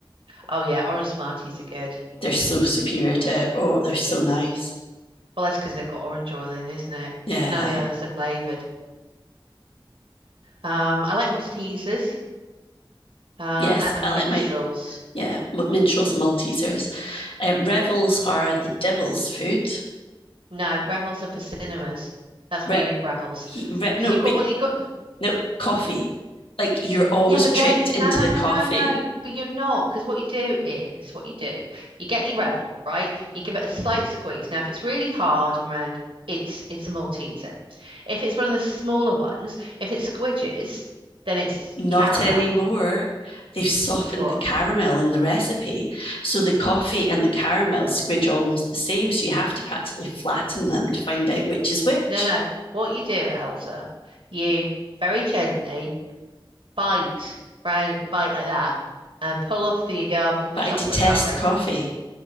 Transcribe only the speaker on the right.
Oh, yeah. Orange Smarties are good.
Well, that's because they've got orange oil in, isn't it?
None of the others are flavored. Um, I like Maltesers, um,
and
Minstrels.
No, Revels are for cinemas. That's
where you eat Revels.
Because you've
got what you've got
Yeah, but
then no,
no,
no,
no, no. But you're not because what you do is what you do. You get your Revel, right? You give it a slight squeeze. Now, if it's really hard and round, it's it's a Malteser. If it's one of the smaller ones, if it squidges, then it's
caramel.
What?
No, no. What you do, Elsa, you very gently bite round, bite like that, and pull off the um the
chocolate
covering.